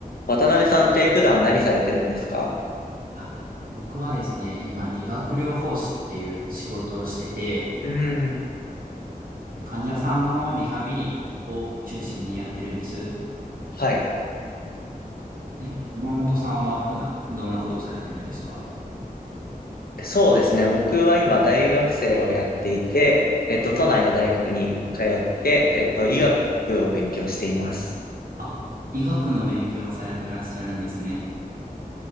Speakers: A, on the left; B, on the right.
A: 渡辺さんって普段何されてるんですか
B: あ僕はですね、今、理学療法士っていう仕事をしてて、
A: うん。
B: 患者さんのリハビリを中心にやってるんです。
A: はい。
B: ね、山本さんは普段どんなことされてるんですか
A: そうですね。僕は今大学生をやっていて、えっと、都内の大学に通って、えっと、医学を勉強しています。
B: あ、医学の勉強をされてらっしゃるんですね。